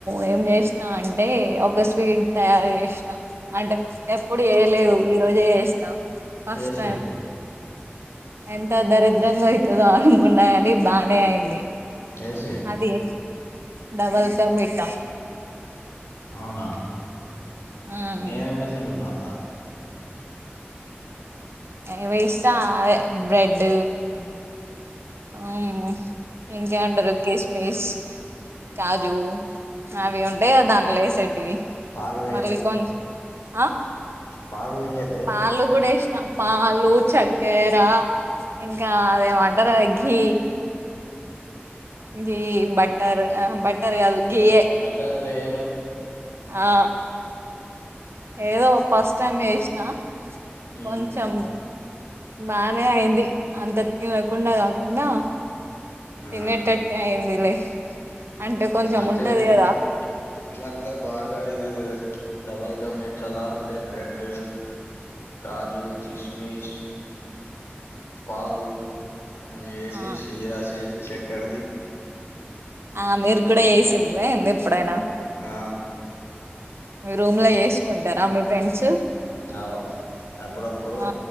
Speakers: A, on the right; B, on the left.
A: ఏం చేసినా అంటే ఒక స్వీట్ తయారు చేసిన అంటే ఎప్పుడు చేయలేదు ఈ రోజే చేసినా ఫస్ట్
B: ఏ సీట్
A: టైం ఎంత దరిద్రంగా అయితదో అనుకున్న కాని బానే అయింది
B: ఏ సీట్
A: అది డబల్ క మీటా
B: అవునా
A: ఉమ్
B: ఏమేమి ఎసిండ్రు ధాంట్ల
A: ఏమేసిన బ్రెడ్ ఊవ్ ఇంకేమంటారు కిస్మిస్ కాజూ అవి ఉంటయిగ దాంట్లో ఏసేటివి
B: పాలు
A: మళ్ళ కొన్ ఆ
B: పాలూ ఎయ్యలే
A: పాలు కూడా ఏసినా పాలు చక్కెర ఇంకా అదేమో అంటరు గదా ఘీ ఘీ బట్టర్ ఆ బటర్ గాదు ఘీయే
B: బటర్ వేయరు
A: ఆ ఏదో ఫస్ట్ టైమ్ చేసిన
B: ఉమ్
A: కొంచెం బానే అయింది అంత తినకుండా కాకుండా
B: ఆ
A: తినేటట్టే అయిందిలే అంటే కొంచెం
B: మంచిగా
A: ఉంటది
B: అయింది
A: గదా
B: కదా దాంట్లో బాగా ఇదిది డబల్ కా మీటాల అంటే బ్రెడ్ కాజూ కిశ్మీస్ పాలు అవి ఏసి
A: ఆ
B: సీదా సేసి చెక్కరిది
A: ఆ మీరు కూడా వేసిండ్రే ఏందీ ఎప్పుడైనా
B: ఆ
A: మీ రూమ్ లో చేసుకుంటరా మీ ఫ్రెండ్స్
B: ఆ అప్పుడప్పుడు
A: ఆ